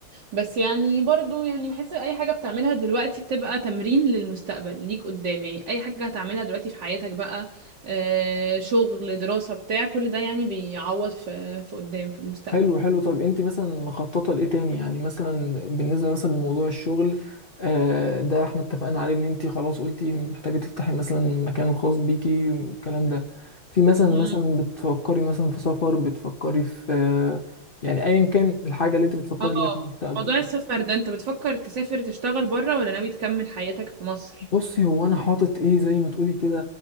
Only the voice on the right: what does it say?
بس يعني برضو يعني بحس اي حاجة بتعملها دلوقتي بتبقى تمرين للمستقبل ليك قدام يعني اي حاجة هتعملها دلوقتي في حياتك بقى آه، شغل دراسة بتاع كل ده يعني بيعوض في في قدام في المستقبل
مم.
اه
موضوع السفر ده انت بتفكر تسافر تشتغل بره ولا ناوي تكمل حياتك في مصر